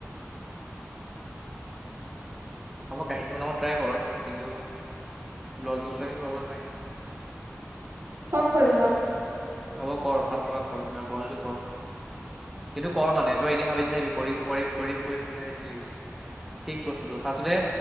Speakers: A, in the centre; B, on the right.
A: আ মই কাহিনীটো মানত ট্ৰাই কৰ কিন্তু ব্লগিং চ্লগিং কৰিব লাগে
B: চব কৰিম মই
A: হ'ব কৰ ফাচ চফা কৰ কৰ যদি কৰ কিন্তু কৰ মানুহে তই এনেই ভাবি নথাকিবি কৰিম কৰিম কৰিম কৰিম ভাবি ন থাকিবি শিক বস্তুতটো ফাৰতে